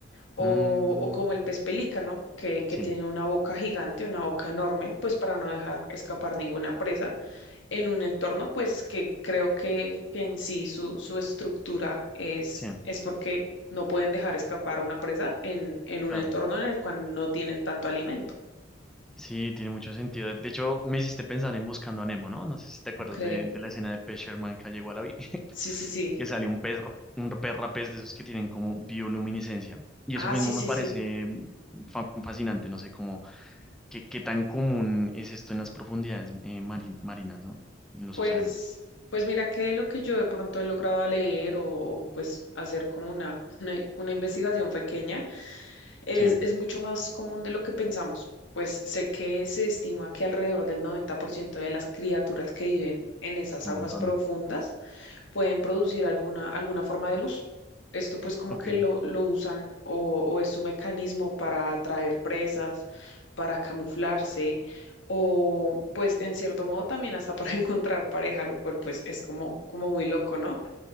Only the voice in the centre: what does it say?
Mm,
sí,
sí,
claro.
Sí, tiene mucho sentido. De hecho, me hiciste pensar en Buscando a Nemo, ¿no? No sé si te acuerdas
de, de la escena de Pez Sherman que llegó a la vida, <laughs>
que sale un pez, ra- un perra pez rapés de esos que tienen como bioluminiscencia. Y
eso mismo
me parece
mm, fa- fascinante, no sé cómo, qué, qué tan común es esto en las profundidades eh, mari- marinas, ¿no? En los
océanos.
Sí, un
montón.
Ok,